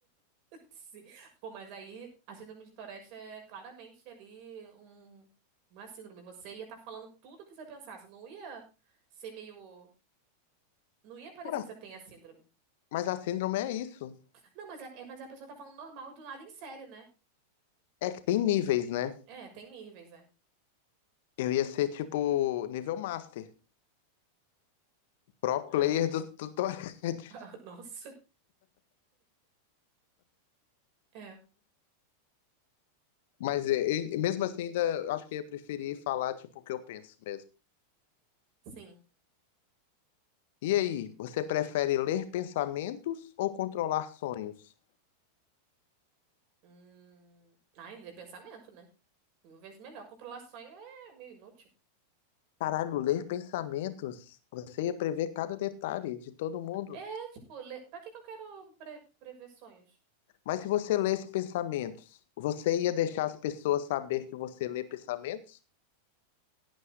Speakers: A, on the right; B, on the left.
A: Sim. Pô, mas aí a síndrome de Tourette é claramente ali um, uma síndrome. Você ia estar falando tudo o que você pensasse. Não ia ser meio. Não ia parecer
B: Cara,
A: que você tem a síndrome.
B: mas a síndrome é isso.
A: Não, mas a, é, mas a pessoa tá falando normal e do nada em sério, né?
B: É que tem níveis, né?
A: É, tem níveis, é.
B: Eu ia ser tipo nível master, pro
A: É.
B: player do, do Tourette.
A: <laughs> Nossa. É,
B: <laughs> Mas eu- mesmo assim, ainda acho que eu ia preferir falar tipo o que eu penso mesmo.
A: sim.
B: E aí, você prefere ler pensamentos ou controlar sonhos?
A: Hum... Ah, ainda é pensamento, né? Mil vezes melhor. Controlar sonho é meio inútil.
B: Caralho, ler pensamentos, você ia prever cada detalhe de todo mundo.
A: É, tipo, le... pra que que eu quero pre- prever sonhos?
B: Mas se você lesse pensamentos, você ia deixar as pessoas saber que você lê pensamentos?